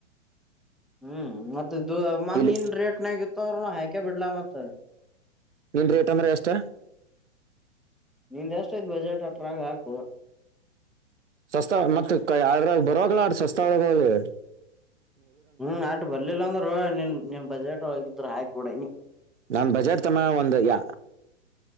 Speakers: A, in the centre; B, on the right (about 75°).
A: ಹ್ಮ್ ಮತ್ತ ಮ
B: ಇಲ್ಲಿ
A: ನೀನ್ ರೇಟ್ನ್ಯಗ ಇತ್ತುಂದ್ರ ಹಾಕೆ ಬಿಡ್ಲಾ ಮತ್ತ
B: ನಿನ್ ರೇಟ್ ಅದ್ರ ಎಷ್ಟ
A: ನಿಂದ್ ಎಷ್ಟೈಐತ್ ಬಜೆಟ್ ಹಟ್ರಾಗ ಹಾಕ
B: ಸ್ವಸ್ತ ಮತ್ತತ್ ಯ್ರಾಗ ಬರಾಗಲ ಅ್ರ ಸವಸ್ತ ಒಾಗಿ
A: ಹ್ಮ್ ಆಟ ಬರ್ಲಿಲ್ಲ ಅಂದ್ರರು ನೀನ್ ನಿನ್ ಬಜೆಟ್ೋಗಿದ್ರ ಹಾಕ್ಬಡನಿ
B: ನಾನ್ ಬಜೆಟ್ ತಮ್ಮ ಒಂದ ಯ